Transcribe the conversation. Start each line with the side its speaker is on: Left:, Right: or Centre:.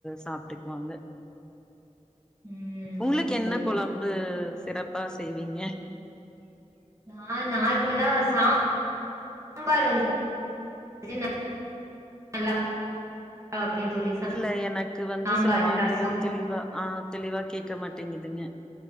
Centre: சாப்டுக்குவாங்க
Right: ம்
Centre: உங்களுக்கு
Right: ஓகே
Centre: என்ன
Right: தோழி
Centre: கொழம்பு சிறப்பா செய்வீங்க
Right: நா நார்மலா சா ம்பார் வந்து <inaudible> நல்லா <inaudible> தோழி
Centre: இல்ல எனக்கு
Right: சாம்பாரு
Centre: வந்து சில வார்த்தைகள்
Right: ரசோ
Centre: தெளிவா ஆ தெளிவா கேக்க மாட்டேங்குதுங்க